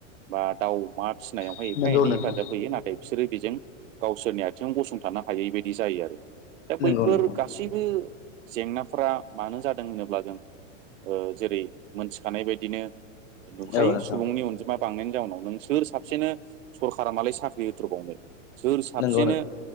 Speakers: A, on the right; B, on the left.
A: बा दाउ, अमा फिसिनायावहाय
B: नोंथां
A: एफा एनै हेफाजाब होयो। नाथाय बिसोरो बेजों गावसोरनि आथिङाव गसं थानो हायै बायदि जायो आरो दा बैफोर
B: नंगौ नोंथां
A: गासैबो जेंनाफोरा मानो जादों होनोब्ला जों ओ जेरै मोनस थानाय बायदिनो नुखायो
B: नंगौ नोंथां औ नोंथां
A: सुबुंनि अनजिमा बांनायनि जाउनाव नों सोर साबसेनो सरखारा मालाय साख्रि होथ्र'बावनो। सोर साबसेनो
B: नंगौ नोंथां